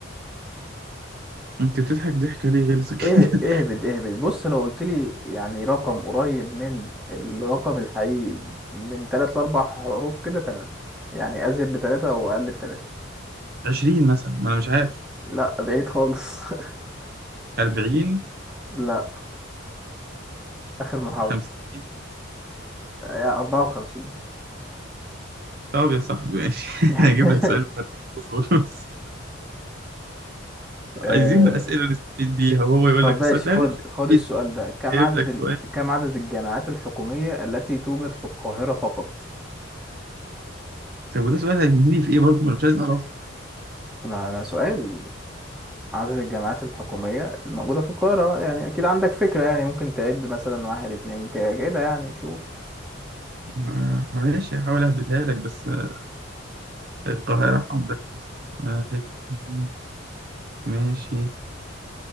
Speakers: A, on the right; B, in the centre.
A: أنت بتضحك ضحكة ليه غلسة
B: <laughs>
A: كده
B: إيه اهبد اهبد بص لو قلت لي يعني رقم قريب من الرقم الحقيقي من تلات لأربع حروف كده تمام يعني أزيد بتلاتة أو أقل بتلاتة
A: <laughs> عشرين مثلا ما أنا مش عارف
B: لا بعيد خالص <laughs>
A: أربعين
B: لا آخر محاولة
A: خمسين
B: يا 54
A: طب يا صاحبي ماشي <laughs>
B: <laughs>
A: أنا هجيب لك سؤال مفرق. اصبر بس
B: آه،
A: عايزين أسئلة نستفيد بيها وهو يقول
B: طب
A: لك السؤال
B: ماشي
A: ده
B: خد
A: أنا مش هستفيد
B: خد السؤال
A: بيه
B: ده كم
A: جايب
B: عدد
A: لك
B: ال...
A: سؤال
B: كم عدد الجامعات الحكومية التي توجد في القاهرة فقط؟
A: طب وده سؤال هينهيني في إيه برضه ما أنا مش عايز أعرفه
B: ما ما سؤال عدد الجامعات الحكومية الموجودة في القاهرة يعني أكيد عندك فكرة يعني ممكن تعد مثلا واحد اتنين ك- كده يعني تشوف
A: ما- ماشي هحاول أهبدها لك بس آه، القاهرة هنركز واحد اتنين ماشي